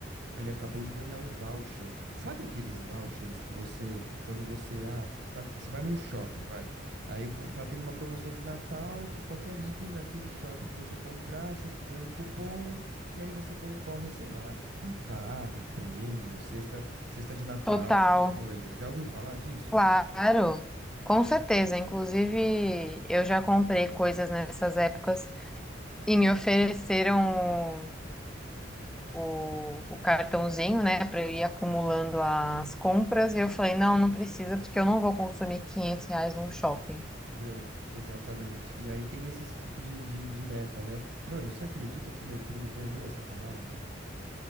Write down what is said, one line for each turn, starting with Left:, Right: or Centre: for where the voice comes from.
Right: ele acabou de ganhar um voucher. Sabe aqueles vouchers que você, quando você, ah, tá- você vai num shopping, vai. Aí vo- tá tendo uma promoção de Natal que qualquer item daquele shopping que você comprar, você ganha um cupom e aí você concorre a, sei lá, um carro, prêmio, cesta, cesta de Natal,
Centre: Total,
Right: essas coisas. Já ouviu falar disso?
Centre: claro. Com certeza. Inclusive, eu já comprei coisas nessas épocas e me ofereceram o, o cartãozinho, né, para eu ir acumulando as compras. E eu falei, não, não precisa, porque eu não vou consumir 500 reais num shopping.
Right: Meu, exatamente. E aí tem esse tipo de, de, de meta, né? Mano, você acredita que meu primo ganhou essa parada?